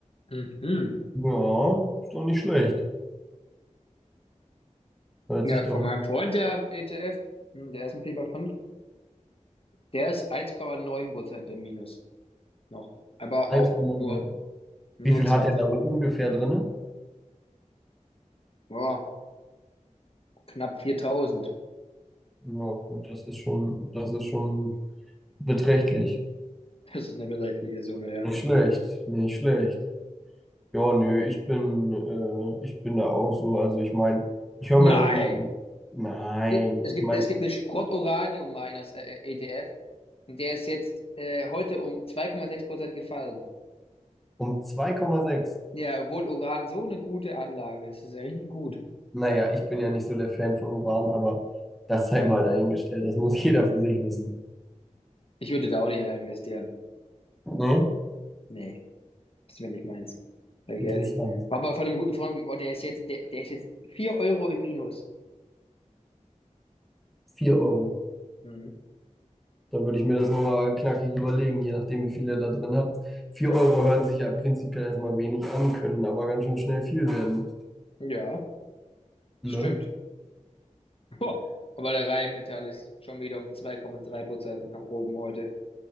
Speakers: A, on the left; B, in the centre.
A: Mhm.
B: Ja, ist doch nicht schlecht.
A: Mhm.
B: Hört
A: Ja,
B: sich doch
A: von meinem Freund, der ETF, hm, der S&P 500, der ist eins Komma neun Prozent im Minus noch. Aber
B: 1,9.
A: auch nur, nur
B: Wie viel
A: 20
B: hat er da
A: Euro.
B: wohl ungefähr drinne?
A: Boah, knapp viertausend
B: Ja, gut, das ist schon, das ist schon beträchtlich.
A: Das ist eine beträchtliche Summe, ja.
B: Nicht schlecht, nicht schlecht. Ja, nö, ich bin, äh, ich bin da auch so. Also ich meine, ich höre
A: Nein!
B: mir das immer an. Nein,
A: Äh, Es gibt,
B: ich meine,
A: es gibt einen Sprott-Uranium-Miners, äh, ETF. Und der ist jetzt äh, heute um 2,6% gefallen.
B: um 2,6.
A: Ja, obwohl Uran so eine gute Anlage ist. Das ist ja richtig gut.
B: Naja, ich bin ja nicht so der Fan von Uran, aber das sei mal dahingestellt. Das muss <laughs> jeder für sich wissen.
A: Ich würde da auch nicht rein investieren.
B: Ne?
A: Nee, das wäre nicht meins. Sag ich
B: Interessant.
A: ehrlich. Aber von einem guten Freund, oh, der ist jetzt, der, der ist jetzt vier Euro im Minus.
B: vier Euro.
A: Mhm.
B: Da würde ich mir das nochmal knackig überlegen, je nachdem, wie viel er da drin hat. vier Euro hören sich ja prinzipiell erstmal wenig an, können aber ganz schön schnell viel werden.
A: Ja,
B: Ne?
A: stimmt. Boah. Aber der Rheinmetall ist schon wieder um 2,3% nach oben heute.